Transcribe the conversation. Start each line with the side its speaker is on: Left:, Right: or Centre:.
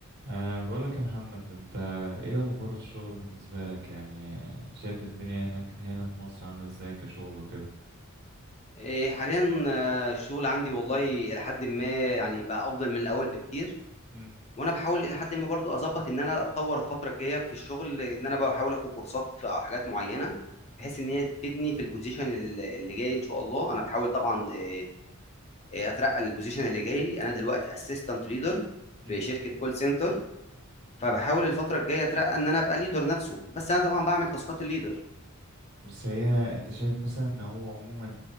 Right: أه بقولك يا محمد انت ايه اخبار الشغل بالنسبة لك يعني آه، شايف الدنيا هناك هنا في مصر عاملة ازاي كشغل وكده
Left: إيه، حاليا آه، الشغل عندي والله الى حد ما يعني بقى افضل من الاول بكتير
Right: مم.
Left: وانا بحاول الى حد ما برضو اظبط ان انا اتطور الفتره الجايه في الشغل ان انا بحاول اخد كورسات في حاجات معينه بحيث
Right: مم.
Left: ان هي تفيدني في البوزيشن ال- اللي جاي ان شاء الله انا بحاول طبعا إيه، إيه، اترقى البوزيشن اللي جاي انا دلوقتي اسيستنت ليدر
Right: مم.
Left: في شركه كول سنتر فبحاول الفتره الجايه اترقى ان انا ابقى ليدر نفسه بس انا طبعا بعمل تاسكات الليدر
Right: بس هي انت شايف مثلا ان هو عموما